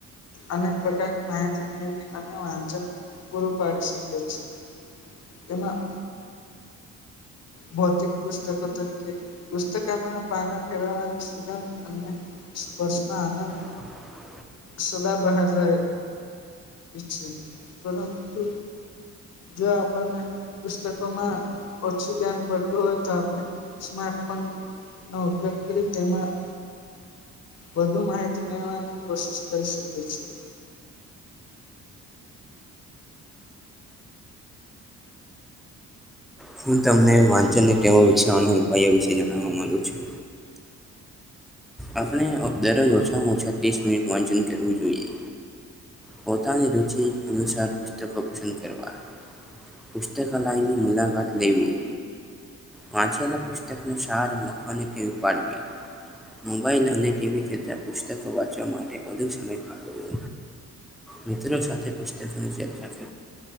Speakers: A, on the left; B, in the centre.
A: અનેક પ્રકારની માહિતી મેળવી અને વાંચન પૂરું પાડી શકીએ છીએ. એમાં ભૌતિક પુસ્તકો તરીકે, પુસ્તકનાં પાનાં ફેરવવાનો સિદ્ધાંત અને સ્પશ્ન આનંદ
B: <inaudible>
A: સદા્બહાર રહે છે, પરંતુ જો આપણને પુસ્તકોમાં ઓછું ધ્યાન પડતું હોય તો આપણે, સ્માર્ટફોનનો ઉપયોગ કરી તેમાં વધુ માહિતી મેળવવાની કોશિશ કરી શકીએ છીએ.
B: હું તમને વાંચનની ટેવ વિશે અને ઉપાયો વિશે જણાવવા માંગુ છું. આપણે દરરોજ ઓછામાં ઓછા ત્રીસ મિનિટ વાંચન કરવું જોઈએ. પોતાની રુચિ અનુસાર પુસ્તકો પસંદ કરવા. પુસ્તકાલયની મુલાકાત લેવી. વાંચેલા પુસ્તકનો સાર લખવાની ટેવ પાડવી. મોબાઈલ અને ટીવી કરતાં પુસ્તકો વાંચવા માટે વધુ સમય ફાળવવો. મિત્રો સાથે પુસ્તકોની ચર્ચા કરવી.